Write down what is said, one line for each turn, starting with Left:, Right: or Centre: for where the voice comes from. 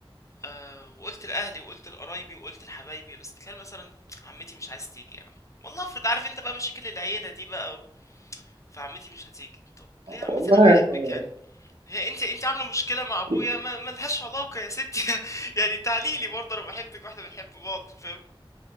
Left: آه وقلت لاهلي وقلت لقرايبي وقلت لحبايبي بس تخيل مثلا عمتي مش عايز تيجي يا عم والله افرض عارف انت بقى مشاكل العيله دي بقى و... فعمتي مش هتيجي طب ليه يا عمتي
Right: والله
Left: انا بحبك
Right: يعني
Left: يعني هي انت انت عامله مشكله مع ابويا
Right: <laughs>
Left: ما ملهاش علاقه يا ستي <laughs> يعني تعالي لي برضه انا بحبك واحنا بنحب بعض فاهم